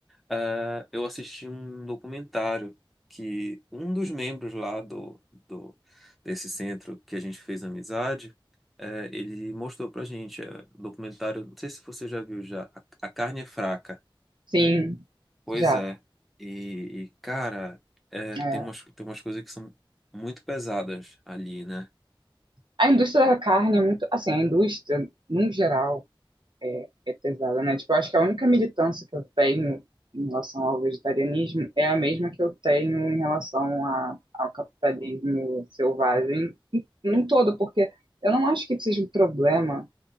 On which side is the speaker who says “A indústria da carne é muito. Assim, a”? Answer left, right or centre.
Right